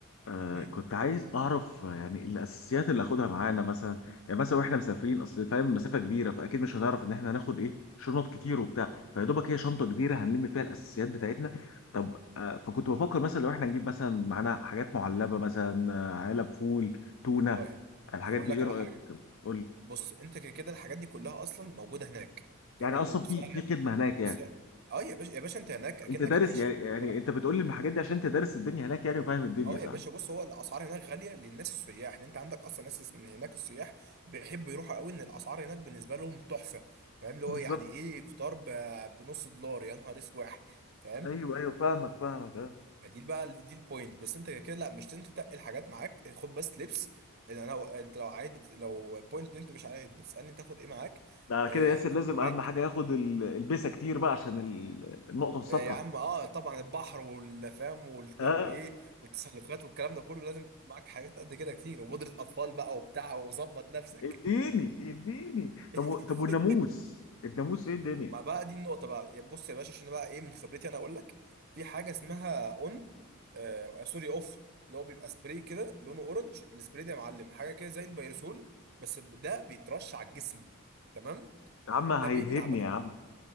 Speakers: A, on the left; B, on the right.
A: آه
B: هم.
A: كنت عايز اعرف آه، يعني الاساسيات اللي اخدها معانا مثلا يعني مثلا واحنا مسافرين اصل فاهم مسافه كبيره فاكيد مش هنعرف ان احنا هناخد ايه شنط كتير وبتاع فيا دوبك هي شنطه كبيره هنلم فيها الاساسيات بتاعتنا طب آه فكنت بفكر مثلا لو احنا نجيب مثلا معانا حاجات معلبه مثلا آه، علب فول تونه
B: طيب
A: الحاجات
B: هقول
A: دي
B: لك
A: ايه رايك
B: على حاجه
A: في الكلام؟ قول لي
B: بص انت كده كده الحاجات دي كلها اصلا موجوده هناك تمام
A: يعني اصلا
B: وبسعر
A: في في خدمه هناك
B: وبسعر
A: يعني
B: اه يا باشا يا باشا انت هناك اكنك
A: انت دارس
B: عايش
A: يعني
B: في اكتوبر
A: يعني انت بتقول لي الحاجات دي عشان انت دارس الدنيا هناك يعني وفاهم الدنيا
B: اه
A: صح؟
B: يا باشا بص هو الاسعار هناك غاليه للناس السياح ان انت عندك اصلا ناس ان هناك السياح بيحبوا يروحوا قوي ان الاسعار هناك بالنسبه لهم تحفه فاهم اللي
A: بالظبط.
B: هو يعني ايه فطار ب- بنص دولار يا نهار اسواح فاهم
A: ايوه ايوه فاهمك فاهمك اه
B: فدي بقى دي البوينت بس انت كده كده لا مش لازم تتقل حاجات معاك خد بس لبس إن انا انت لو عايز بت... لو بوينت ان انت مش عايز بتسالني تاخد ايه معاك
A: ده على
B: آه،
A: كده ياسر
B: هات
A: لازم
B: معاك
A: اهم حاجه ياخد ال- البسه كتير بقى عشان ال- النقطه الصفراء
B: يا عم اه طبعا البحر والفام والت...
A: اه
B: وايه والتسلقات والكلام ده كله لازم تكون معاك حاجات قد كده كتير وبودرة اطفال بقى وبتاع وظبط نفسك
A: اديني اديني
B: <laughs>
A: طب و- طب والناموس الناموس ايه الدنيا
B: ما بقى دي النقطة بقى يا بص يا باشا عشان بقى ايه من خبرتي انا اقول لك في حاجة اسمها اون آه سوري اوف اللي هو بيبقى سبراي كده لونه اورنج السبراي ده يا معلم حاجة كده زي البيرسول بس ده بيترش على الجسم تمام
A: يا عم هيلهبني
B: ده بيمنع
A: يا عم